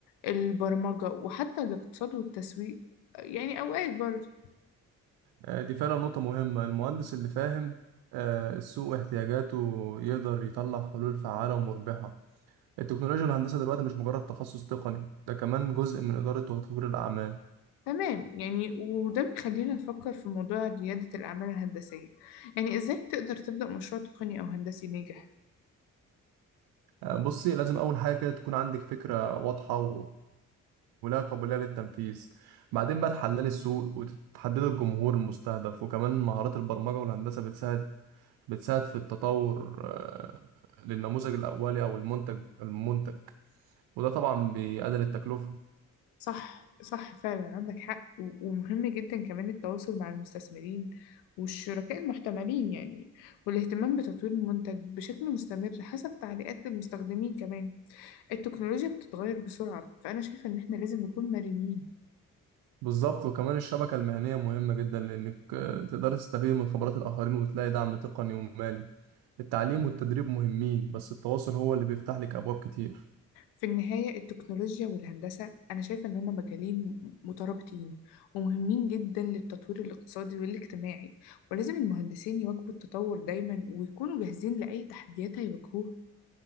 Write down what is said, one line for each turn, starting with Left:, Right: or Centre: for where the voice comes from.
Left: البرمجة وحتى الاقتصاد والتسويق يعني أوقات برضه
Right: آه، دي فعلا نقطه مهمه المهندس اللي فاهم آه، السوق واحتياجاته يقدر يطلع حلول فعاله ومربحه التكنولوجيا والهندسه دلوقتي مش مجرد تخصص تقني ده كمان جزء من اداره وتطوير الاعمال
Left: تمام يعني وده بيخلينا نفكر في موضوع ريادة الأعمال الهندسية يعني إزاي تقدر تبدأ مشروع تقني أو هندسي ناجح
Right: آه، بصي لازم اول حاجه كده تكون عندك فكره واضحه ولا قابلية للتنفيذ بعدين بقى تحللي السوق وتحددي الجمهور المستهدف وكمان مهارات البرمجة والهندسة بتساعد بتساعد في التطور آه، للنموذج الأولي أو المنتج المنتج وده طبعا بيقلل التكلفة
Left: صح صح فعلا عندك حق و- ومهم جدا كمان التواصل مع المستثمرين والشركاء المحتملين يعني والاهتمام بتطوير المنتج بشكل مستمر حسب تعليقات المستخدمين كمان التكنولوجيا بتتغير بسرعة فأنا شايفة إن إحنا لازم نكون مرنين
Right: بالظبط وكمان الشبكة المهنية مهمة جدا لأنك آه، تقدري تستفيد من خبرات الآخرين وتلاقي دعم تقني ومالي التعليم والتدريب مهمين بس التواصل هو اللي بيفتح لك أبواب كتير
Left: في النهاية التكنولوجيا والهندسة أنا شايفة إن هما مجالين مترابطين ومهمين جدا للتطوير الاقتصادي والاجتماعي ولازم المهندسين يواكبوا التطور دايما ويكونوا جاهزين لأي تحديات هيواجهوها